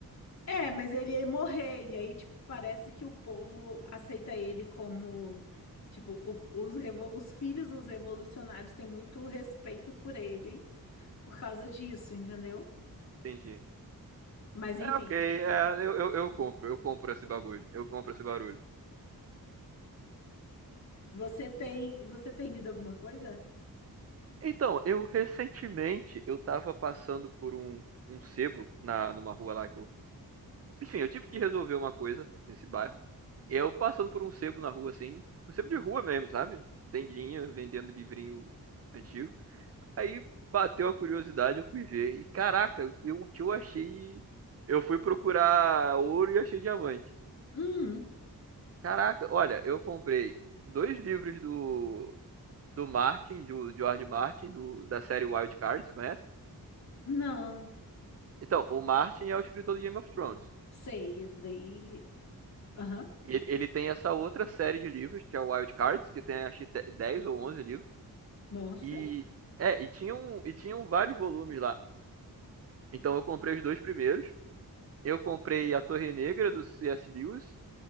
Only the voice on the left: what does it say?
É, mas ele ia morrer, e aí, tipo, parece que o povo aceita ele como, tipo, o- os, revo- os filhos dos revolucionários têm muito respeito por ele por causa disso, entendeu?
Mas enfim,
você tem, você tem lido alguma coisa?
Hum,
não,
sei, esse daí, aham,
nossa,